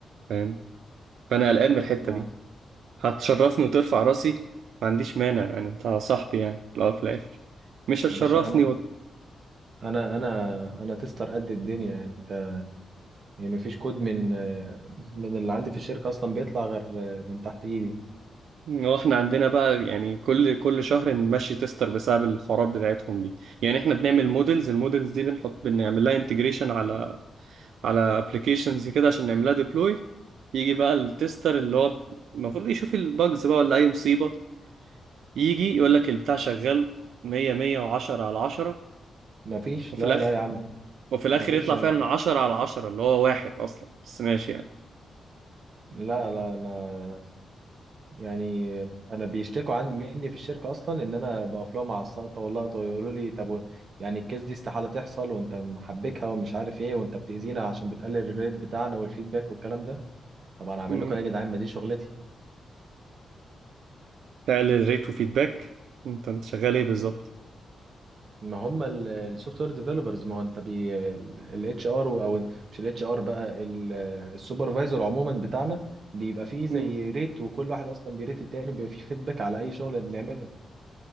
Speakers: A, on the right; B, on the right.
A: فاهم فانا قلقان من الحتة
B: آه.
A: دي هتشرفني وترفع راسي ما عنديش مانع يعني انت صاحبي يعني في الاول وفي الاخر مش هتشرفني
B: يا باشا انا
A: و...
B: انا انا انا تستر قد الدنيا يعني انت يعني مفيش كود من من اللي عندي في الشركه اصلا بيطلع غير من تحت ايدي
A: واحنا عندنا بقى يعني كل كل شهر نمشي تستر بسبب الحوارات بتاعتهم دي يعني احنا بنعمل مودلز المودلز دي بنحط بنعمل لها انتجريشن على على ابلكيشنز كده عشان نعمل لها ديبلوي يجي بقى التستر اللي هو المفروض يشوف الباجز بقى ولا اي مصيبة يجي يقول لك البتاع شغال 100 110 على 10
B: مفيش
A: وفي
B: لا
A: الاخر
B: لا يا عم
A: وفي الاخر
B: ما فيش
A: يطلع فعلا 10 على 10 اللي هو واحد اصلا بس ماشي يعني
B: لا لا انا يعني انا بيشتكوا عندي مني في الشركه اصلا ان انا بقف لهم على السقطه واللقطه ويقولوا لي طب و- يعني الكيس دي استحاله تحصل وانت محبكها ومش عارف ايه وانت بتاذينا عشان بتقلل الريت بتاعنا والفيدباك والكلام ده طب انا اعمل
A: مم.
B: لكم ايه يا جدعان ما دي شغلتي
A: تعمل ريت وفيدباك انت انت شغال ايه بالظبط
B: ما هم السوفت وير ديفلوبرز ما هو انت بي الاتش ار او مش الاتش ار بقى السوبرفايزر عموما بتاعنا بيبقى فيه زي
A: مم.
B: ريت وكل واحد اصلا بيريت التاني وبيبقى فيه فيدباك على اي شغل بنعمله